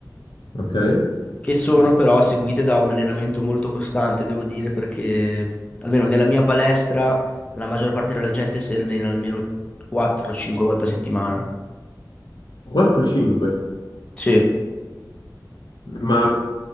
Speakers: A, on the left; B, on the left.
A: ok.
B: che sono però seguite da un allenamento molto costante, devo dire, perché almeno nella mia palestra la maggior parte della gente si allena almeno 4-5 volte a settimana.
A: 4-5.
B: Sì,
A: Ma